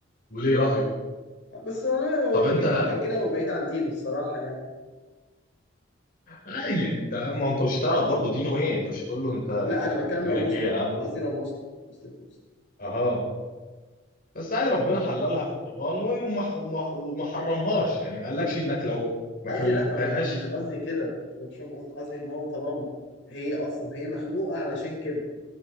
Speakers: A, on the left (about 50°); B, on the left (about 70°).
A: وليه رأيه
B: بس والله هو
A: طب
B: اللي
A: انت
B: بيفكر كده هو بعيد عن دينه الصراحه يعني
A: عادي يعني انت ما انت مش هتعرف برضه دينه ايه انت مش هتقول له انت
B: لا انا بتكلم
A: دينك
B: لو مسلم
A: ايه يا عم
B: انا قصدي لو مسلم مسلم مسلم
A: اها بس عادي ربنا حللها في القرآن وما وما وما حرمهاش يعني ما قالكش انك لو ما
B: قصدي
A: كلتهاش
B: لا ما- مش قصدي
A: هت...
B: كده أنا مش فاهم قصدي قصدي ان هو طالما هي اصلا هي مخلوقه علشان كده